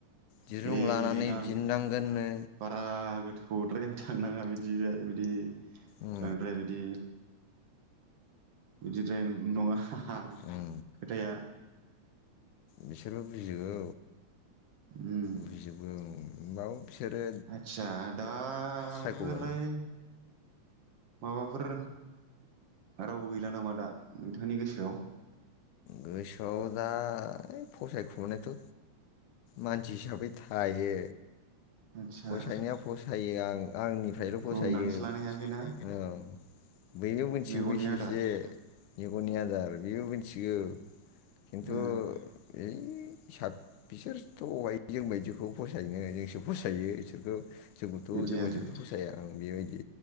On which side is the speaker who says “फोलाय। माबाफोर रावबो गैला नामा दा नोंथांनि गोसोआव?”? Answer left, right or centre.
Right